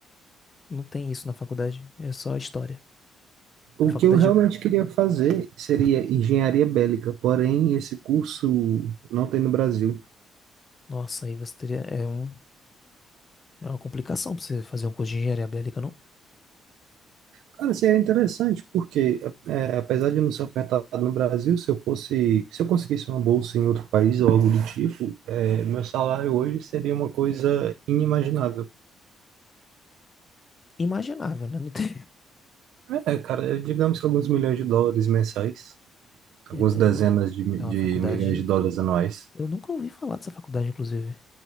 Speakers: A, on the left; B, on the right.
A: Não tem isso na faculdade, é só história.
B: O
A: A faculdade,
B: que eu realmente
A: é-
B: queria fazer seria engenharia bélica, porém esse curso não tem no Brasil.
A: nossa, aí você teria, é um, é uma complicação pra você fazer um curso de engenharia bélica, não
B: Cara, seria interessante, porque é, apesar de não ser ofertado no Brasil, se eu fosse, se eu conseguisse uma bolsa em outro país ou algo do tipo, é, meu salário hoje seria uma coisa inimaginável.
A: imaginável, né? Não tem,
B: É, cara, é, digamos que alguns milhões de dólares mensais,
A: <laughs>
B: algumas
A: é uma,
B: dezenas
A: é uma,
B: de, mi-
A: é uma
B: de
A: faculdade,
B: milhões de dólares anuais.
A: eu nunca ouvi falar dessa faculdade, inclusive.